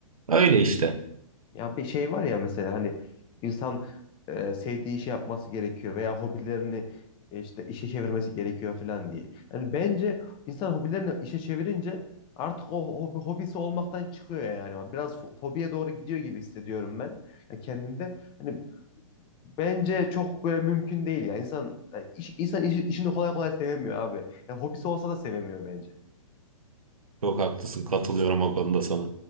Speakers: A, on the right; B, on the left.
A: Öyle işte.
B: Ya bir şey var ya mesela hani insan e, sevdiği işi yapması gerekiyor veya hobilerini e, işte işe çevirmesi gerekiyor falan diye. Yani bence insan hobilerini işe çevirince artık o hobi, hobisi olmaktan çıkıyor yani. Biraz fo- fobiye doğru gidiyor gibi hissediyorum ben ya kendimde. Hani bence çok böyle mümkün değil ya. İnsan ya iş, insan işi- işini kolay kolay sevemiyor abi. Ya hobisi olsa da sevemiyor bence.
A: Çok haklısın, katılıyorum o konuda sana.